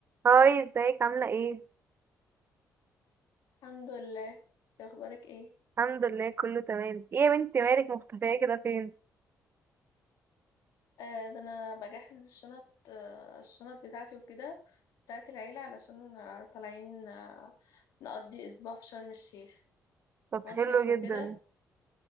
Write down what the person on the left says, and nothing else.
الحمد لله إنتي اخبارك ايه
آه ده انا بجهز الشنط آه الشنط بتاعتي وكده بتاعت العيلة علشان آه طالعين آه نقضي اسبوع في شرم الشيخ
مصيف
وكده